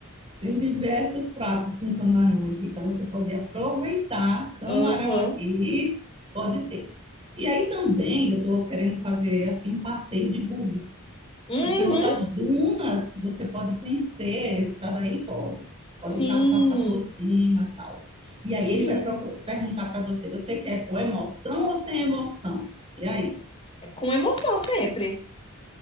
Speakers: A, on the right (about 25°); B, on the left (about 25°).
A: Tem diversos pratos com camarão aqui, então você pode aproveitar camarão
B: Aham.
A: aqui, pode ter. E aí também eu estou querendo fazer assim um passeio de buggy
B: Uhum.
A: que tem outras dunas que você pode conhecer, essa daí pode. Pode
B: Sim,
A: o carro passar por cima, e tal. E
B: sim.
A: aí ele vai perguntar para você, você quer com emoção ou sem emoção? E aí?
B: É com emoção sempre.